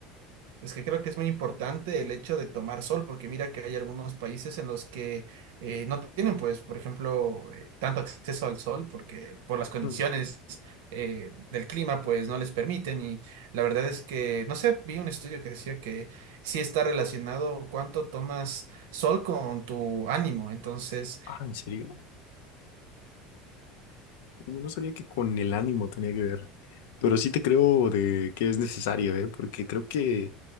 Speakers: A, on the right; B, on the left.
A: Es que creo que es muy importante el hecho de tomar sol, porque mira que hay algunos países en los que eh, no tienen, pues, por ejemplo, eh, tanto acceso al sol, porque por las condiciones
B: Mm.
A: eh, del clima, pues, no les permiten. Y la verdad es que, no sé, vi un estudio que decía que sí está relacionado cuánto tomas sol con tu ánimo. Entonces,
B: Ah, ¿en serio? Yo no sabía que con el ánimo tenía que ver, pero sí te creo de que es necesario, ¿eh? Porque creo que